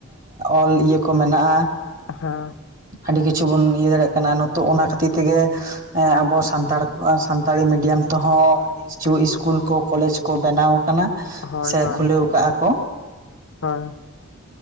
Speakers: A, on the right (about 40°); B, on the left (about 65°).
A: ᱚᱞ ᱤᱭᱟᱹ ᱠᱚ ᱢᱮᱱᱟᱜᱼᱟ᱾
B: ᱦᱮᱸᱻ᱾
A: ᱟᱹᱰᱤ ᱠᱤᱪᱷᱩ ᱵᱚᱱ ᱤᱭᱟᱹ ᱫᱟᱲᱮᱜ ᱠᱟᱱᱟ, ᱱᱤᱛᱚᱜ ᱚᱱᱟ ᱠᱷᱟᱹᱛᱤᱨ ᱛᱮᱜᱮ ᱟᱵᱚ ᱥᱟᱱᱛᱟᱲ ᱥᱟᱱᱛᱟᱲᱤ ᱢᱤᱰᱤᱭᱟᱢ ᱛᱮᱦᱚᱸ ᱠᱤᱪᱷᱩ ᱤᱥᱠᱩᱞ ᱠᱚ ᱠᱚᱞᱮᱡᱽ ᱠᱚ ᱵᱮᱱᱟᱣ ᱠᱟᱱᱟ ᱾
B: ᱦᱳᱭᱻᱦᱳᱭᱻ᱾
A: ᱚᱠᱟᱜᱼᱟᱠᱚ
B: ᱦᱳᱭ